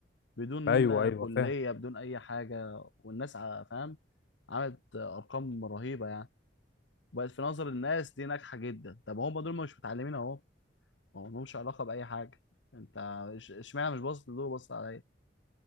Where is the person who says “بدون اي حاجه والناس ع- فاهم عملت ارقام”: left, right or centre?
Left